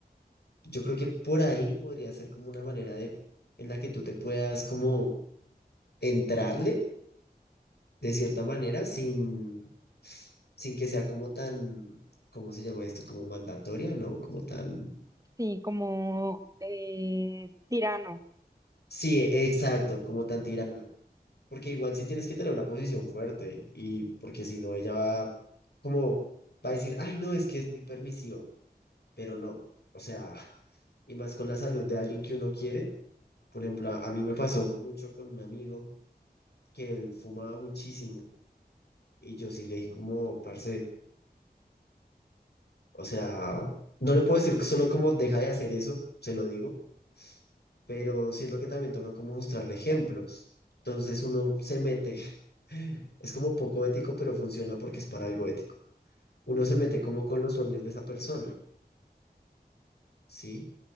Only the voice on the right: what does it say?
sí, como eh, tirano.